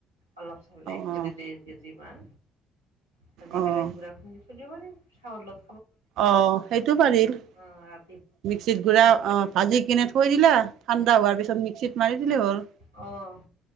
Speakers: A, on the right; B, on the right.
A: অলপ চাউল
B: অ'
A: এক কেজি দে কেজি মান ভাজি
B: অ'
A: পেলাই গুড়া খুন্দি থৈ দিব পাৰি চাহ লগ
B: অ সেইটো পাৰিম
A: অ হয়
B: মিক্সিত গুড়া অ ভাজি কিনে থৈ দিলা ঠাণ্ডা হোৱাৰ পিছত মিক্সিত মাৰি দিলেই হ'ল
A: অঁ